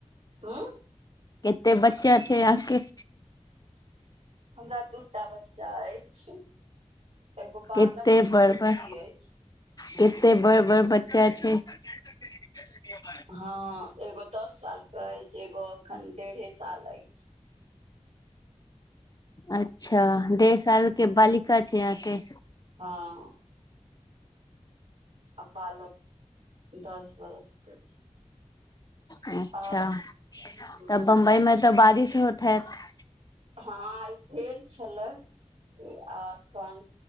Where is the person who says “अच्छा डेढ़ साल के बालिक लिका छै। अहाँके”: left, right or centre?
Left